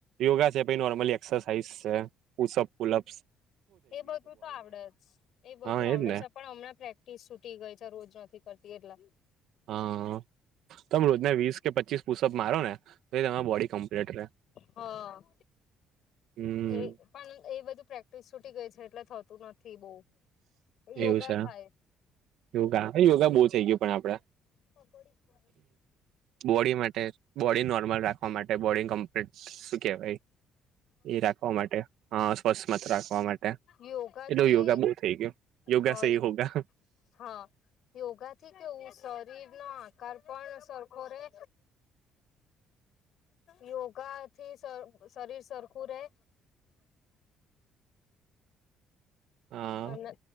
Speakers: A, on the right; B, on the left.
A: યોગા છે પહિ નોર્મલી એક્સરસાઇઝ છે પુસઅપ પુલઅપ.
B: એ બધું તો આવડે જ એ બધું
A: હા
B: આવડે
A: એજ ને
B: છે પણ હમણાં પ્રેક્ટિસ છૂટી ગઈ છે રોજ નથી કરતી એટલા.
A: હા અહ. તમે રોજને વીસ કે પચીસ પુષઅપ મારો ને તો તમારી બોડી કમ્પ્લીટ રહે.
B: હા.
A: હમ
B: એ પણ એ બધું પ્રેક્ટિસ છૂટી ગઈ છે એટલે થતું નથી બહુ. યોગા
A: એવું છે
B: થાય.
A: યોગા હ યોગા બહુ થઈ ગયો પણ આપડા.
B: પકોડી કરે.
A: બોડી માટે બોડી નોર્મલ રાખવા માટે બોડી કમ્પ્લીટ શું કેહેવાય. એ રાખવા માટે હા સ્વચ્છ મત રાખવા માટે
B: યોગાથી
A: એટલે યોગા બે થઈ ગયો. યોગા
B: હોય
A: સેહી હોગા.
B: હા, યોગા થી કેવું શરીર નો આ કારર્પણ સરખો રહે. યોગા થી શ-શરીર સરખું રહેે.
A: હા
B: અને